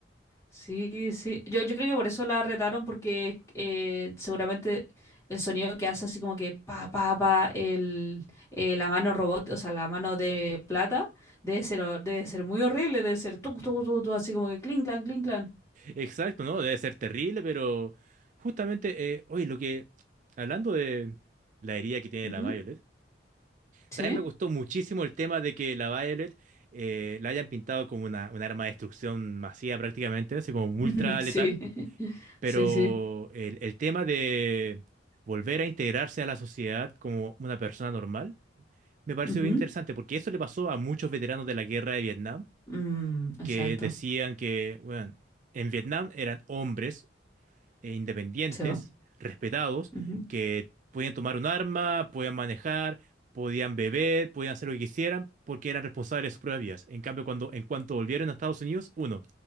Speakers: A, on the left; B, on the right.
A: Sí, sí. Yo, yo creo que por eso la retaron, porque eh, seguramente el sonido que hace así como que pa, pa, pa, el, eh, la mano robot, o sea, la mano de plata, debe ser, ho- debe ser muy horrible, debe ser tu, tu, tu, tu, así como que clink, clan, clink, clan.
B: Exacto, ¿no? Debe ser terrible, pero justamente, eh, oye, lo que, hablando de la herida que tiene
A: Ujú.
B: la Violet,
A: Sí.
B: también me gustó muchísimo el tema de que la Violet eh, la hayan pintado como una, un arma de destrucción masiva prácticamente, así como
A: <laughs>
B: ultra
A: Sí,
B: letal,
A: <laughs>
B: pero
A: sí, sí.
B: el, el tema de volver a integrarse a la sociedad como una persona normal, me pareció
A: Ujú.
B: bien interesante, porque eso le pasó a muchos veteranos de la guerra de Vietnam,
A: Mm, exacto,
B: que decían que, bueno, en Vietnam eran hombres eh, independientes,
A: se va.
B: respetados,
A: Ujú,
B: que podían tomar un arma, podían manejar, podían beber, podían hacer lo que quisieran, porque eran responsables de sus propias vidas. En cambio, cuando, en cuanto volvieron a Estados Unidos, uno,